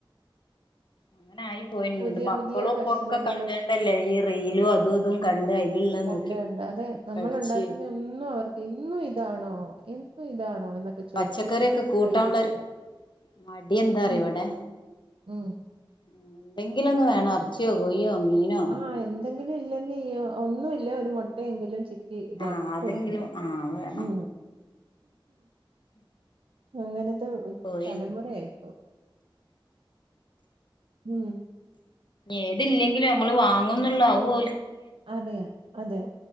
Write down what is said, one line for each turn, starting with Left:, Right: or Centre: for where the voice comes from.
Left: അങ്ങനെ ആയി പോയിണ്ട്
Right: പുതിയ
Left: മക്കളും
Right: പുതിയ ഭക്ഷണങ്ങളും
Left: ഇപ്പൊക്കെ കണ്ടണ്ടല്ലേ ഈ റെയിലും അതും ഇതും കണ്ട് അതിലുള്ള
Right: കണ്ട
Left: നോക്കി
Right: കണ്ട് അതെ നമ്മൾ
Left: പഠിച്ച്
Right: ഉണ്ടാക്കുന്ന ഒന്നും അവർക്ക് എന്നും ഇതാണോ എന്നും ഇതാണോ എന്നൊക്കെ ചോദിച്ചു
Left: പച്ചക്കറൊക്കെ കൂട്ടാനുള്ളരു
Right: കഴിക്കത്തില്ല
Left: മടി എന്താറ
Right: ഉം
Left: ഇവിടെ
Right: ഉം
Left: എന്തെങ്കിലൊന്ന് വേണം ഇറച്ചിയോ കൊയിയോ മീനോ
Right: ആഹ് എന്തെങ്കിലും ഇല്ലെങ്കിൽ ഒന്നും ഇല്ല ഒരു മുട്ടയെങ്കിലും ക്കിഇതാക്കി
Left: ആഹ് അതെങ്കിലും
Right: കൊടുക്കണം
Left: ആഹ് വേണം
Right: ഉ അങ്ങനത്തെ
Left: കോഴി
Right: തലമുറയായിപ്പ ഉം
Left: ഏതില്ലെങ്കിലും നമ്മള് വാങ്ങ എന്നുള്ളാവോ
Right: അതെയ അതെ